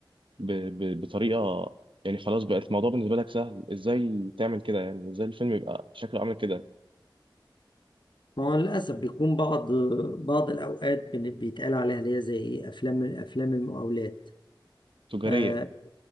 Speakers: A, on the right; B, on the left.
A: ب... ب... بطريقه يعني خلاص بقت الموضوع بالنسبه لك سهل ازاي تعمل كده يعني ازاي الفيلم يبقى شكله عامل كده
B: هو للأسف بيكون بعض بعض الأوقات بن- بيتقال عليها اللي هي زي إيه أفلام أفلام المقاولات
A: تجاريه
B: آه,
A: يعني